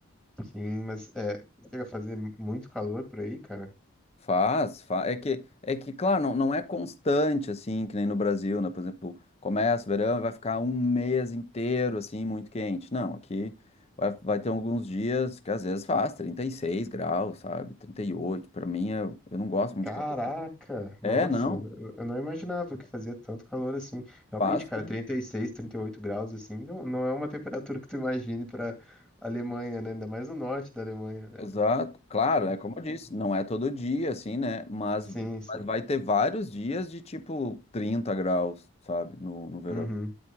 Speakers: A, in the centre; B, on the left.
A: sim, mas é, chega a fazer muito calor por aí, cara.
B: Faz, faz. É que, é que, claro, não, não é constante, assim, que nem no Brasil, né? Por exemplo, começa o verão e vai ficar um mês inteiro, assim, muito quente. Não, aqui vai, vai ter alguns dias que às vezes faz 36 graus, sabe? 38. Para mim, eu, eu não gosto muito
A: Caraca,
B: de calor.
A: nossa,
B: É, não,
A: eu eu não imaginava que fazia tanto calor assim. Realmente,
B: faz
A: cara,
B: sim.
A: 36, 38 graus assim, não, não é uma temperatura que tu imagine pra Alemanha, né? Ainda mais no norte da Alemanha. né?
B: Exato. Claro, é como eu disse, não é todo dia, assim, né? Mas,
A: Sim, sim.
B: mas vai ter vários dias de, tipo, 30 graus, sabe? No, no verão.
A: Uhum.